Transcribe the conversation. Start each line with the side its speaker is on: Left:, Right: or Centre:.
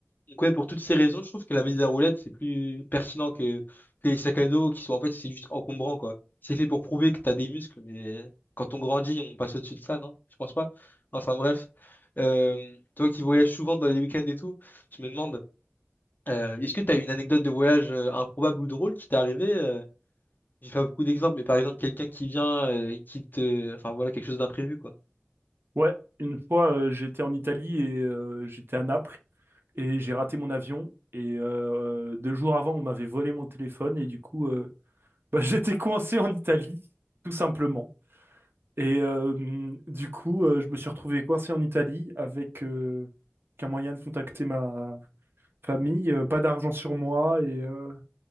Left: Donc ouais, pour toutes ces raisons, je trouve que la valise à roulettes, c'est plus pertinent que, que les sacs à dos qui sont en fait, c'est juste encombrant, quoi. C'est fait pour prouver que t'as des muscles, mais quand on grandit, on passe au-dessus de ça, non? Je pense pas. Enfin bref, Euh, toi qui voyages souvent dans les week-ends et tout, je me demande, euh, est-ce que t'as une anecdote de voyage euh, improbable ou drôle qui t'est arrivée? euh J'ai pas beaucoup d'exemples, mais par exemple, quelqu'un qui vient, euh, et qui te... Enfin voilà, quelque chose d'imprévu, quoi.
Right: Ouais, une fois euh, j'étais en Italie et euh, j'étais à Naples. et j'ai raté mon avion. Et euh, deux jours avant, on m'avait volé mon téléphone et du coup, euh, bah, <laughs> j'étais coincé en Italie, tout simplement. Et euh, du coup, euh, je me suis retrouvé coincé en Italie avec euh, qu'un moyen de contacter ma famille, euh, pas d'argent sur moi et euh,